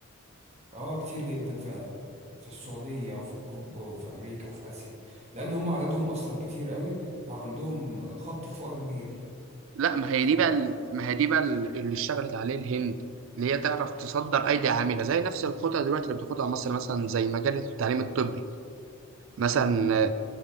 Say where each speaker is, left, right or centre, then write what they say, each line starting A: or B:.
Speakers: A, on the right; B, on the right.
A: اه كتير جدا فعلا في السعودية وفي أوروبا وفي أمريكا وفي آسيا لأن هم عددهم أصلا كتير قوي وعندهم خط فقر كبير
B: لا ما هي
A: ف
B: دي بقى ال... ما هي دي بقى ال- اللي اشتغلت عليه الهند اللي هي تعرف تصدر أيدي عاملة زي نفس الخطة دلوقتي اللي بتاخدها مصر مثلا زي مجال التعليم الطبي مثلا آه،